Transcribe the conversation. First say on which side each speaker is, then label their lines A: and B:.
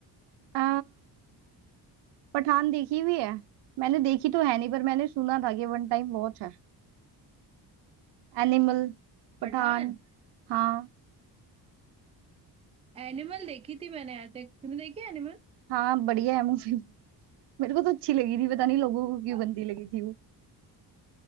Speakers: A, on the right; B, on the right.
A: अ, पठान देखी हुई है मैंने देखी तो है नहीं पर मैंने सुना था कि वन टाइम वॉच है एनिमल पठान
B: पठान
A: हाँ
B: एनिमल देखी थी मैंने यार देख- तूने देखी एनिमल
A: हाँ बढ़िया है मूवी <laughs> मेरे को तो अच्छी लगी थी पता नहीं लोगों को क्यों
B: हाँ
A: गंदी लगी थी वो